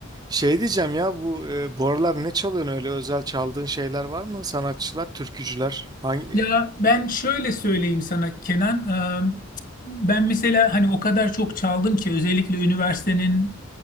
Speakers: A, on the right; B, on the left.
A: Şey diyeceğim ya bu e, bu aralar ne çalıyorsun öyle özel çaldığın şeyler var mı? Sanatçılar, türkücüler. Hangi?
B: Ya
A: e,
B: ben şöyle söyleyeyim sana Kenan. Ee, Ben mesela hani o kadar çok çaldım ki özellikle üniversitenin